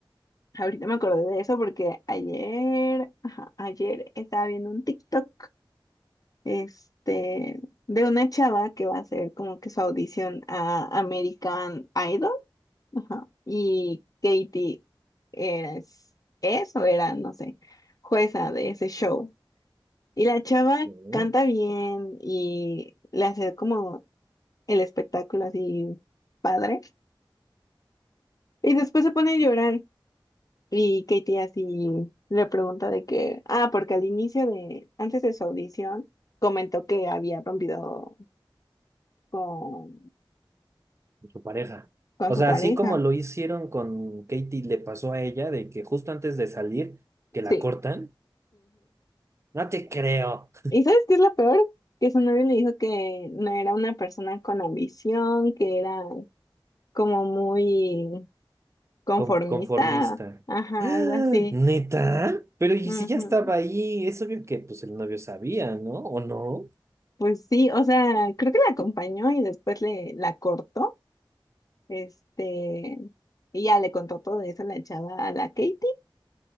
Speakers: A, on the left; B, on the right.
A: ahorita me acordé de eso porque ayer, ajá, ayer estaba viendo un TikTok, este, de una chava que va a hacer como que su audición a American Idol. Ajá. Y Katie es, es o era, no sé, jueza de ese show. Y la chava
B: Mm,
A: canta bien y le hace como el espectáculo así padre. Y después se pone a llorar y Katie así le pregunta de que, ah, porque al inicio de, antes de su audición, comentó que había rompido con,
B: Su pareja.
A: con
B: O
A: su
B: sea,
A: pareja.
B: así como lo hicieron con Katie, le pasó a ella de que justo antes de salir, que
A: Sí.
B: la cortan. No te creo,
A: ¿Y sabes qué es lo peor? Que su novio le dijo que no era una persona con ambición, que era como muy conformista,
B: con- conformista.
A: ajá,
B: ¡Ah!
A: algo así.
B: ¿Neta? Pero ¿y
A: Ujú.
B: si ya estaba ahí? Es obvio que pues el novio sabía, ¿no? ¿O no?
A: Pues sí, o sea, creo que la acompañó y después le la cortó, este, y ya le contó todo eso a la chava, a la Katie,